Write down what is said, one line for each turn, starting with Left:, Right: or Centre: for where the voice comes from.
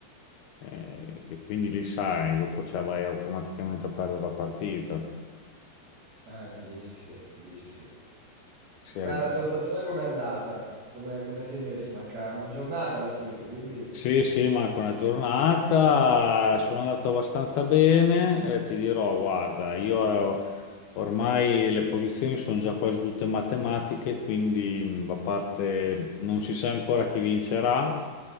Left: eh, e quindi lì sai, dopo cioè, vai automaticamente a perdere la partita.
Right: Ah, in 10 sì, in 10 sì.
Left: Se
Right: Beh, la tua stagione com'è andata? Come come sei messo? Manca una giornata alla fine, quindi
Left: Sì, sì, Marco, una giornata, sono andato abbastanza bene, eh, ti dirò, guarda, io eh, ormai le posizioni sono già quasi tutte matematiche, quindi mh, a parte non si sa ancora chi vincerà,